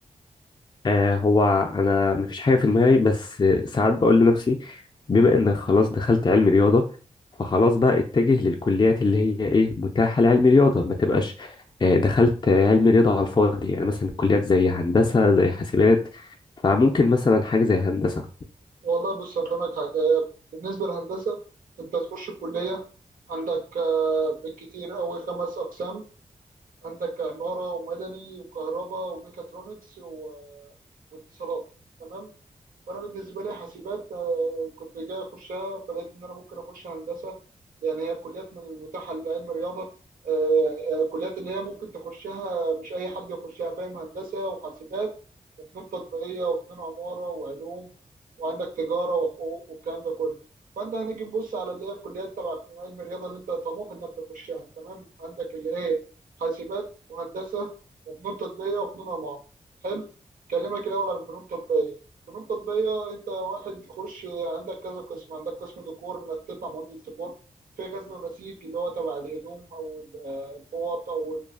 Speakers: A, on the left; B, on the right.
A: آه هو انا مفيش حاجه في دماغي بس ساعات بقول لنفسي بما انك خلاص دخلت علم رياضه فخلاص بقى اتجه للكليات اللي هي ايه متاحه لعلم رياضه ما تبقاش آه دخلت علم رياضه على الفاضي يعني مثلا كليات زي هندسه زي حاسبات فممكن مثلا حاجه زي هندسه
B: والله بص هفهمك حاجة بالنسبة للهندسة أنت تخش الكلية عندك آه، بالكتير أوي خمس أقسام عندك عمارة ومدني وكهرباء وميكاترونكس و- واتصالات تمام فانا بالنسبه لي حاسبات آه، كنت جاي اخشها فلقيت ان انا ممكن اخش هندسه يعني هي كليات من المتاحه لعلم الرياضه آه، آه، كليات اللي هي ممكن تخشها مش اي حد يخشها فاهم هندسه وحاسبات وفنون تطبيقيه وفنون عماره وعلوم وعندك تجاره وحقوق والكلام ده كله فانت هنيجي نبص على اللي هي الكليات تبع علم الرياضه اللي انت طموح انك تخشها تمام عندك اللي هي حاسبات وهندسه وفنون تطبيقيه وفنون عماره حلو كلمك الاول عن الفنون التطبيقيه فنون تطبيقية أنت واحد تخش عندك كذا قسم عندك قسم ديكور إنك تطلع مهندس ديكور في غزل ونسيج اللي هو تبع الهدوم أو ال- الفوط أو